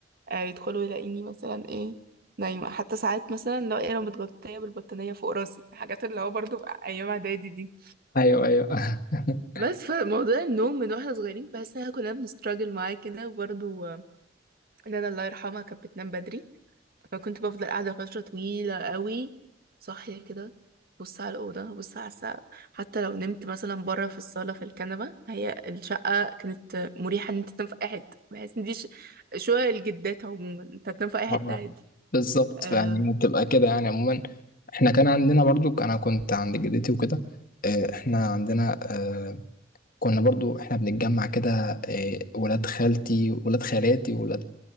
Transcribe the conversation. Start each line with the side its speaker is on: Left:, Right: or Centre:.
Right: آه، يدخلوا يلاقيني مثلا ايه نايمه حتى ساعات مثلا لو ايه لو متغطيه بالبطانيه فوق راسي الحاجات اللي هو برضو ايام اعدادي دي
Left: ايوه ايوه <laughs>
Right: بس فموضوع النوم من واحنا صغيرين بحس ان احنا كلنا بنستراجل معاه كده وبرضو آه، ان انا الله يرحمها كانت بتنام بدري فكنت بفضل قاعدة فترة طويلة قوي صاحية كده بص على الأوضة بص على السقف حتى لو نمت مثلا بره في الصالة في الكنبة هي الشقة كانت مريحة إن أنت تنام في أي حتة بحس إن دي ش- شقق الجدات عموما أنت هتنام في أي حتة
Left: اه
Right: عادي
Left: بالظبط
Right: آه
Left: فيعني بتبقى كده يعني عموما احنا كان عندنا برضو انا كنت عند جدتي وكده آه، احنا عندنا آه، كنا برضو احنا بنتجمع كده آه، ولاد خالتي ولاد خالاتي ولاد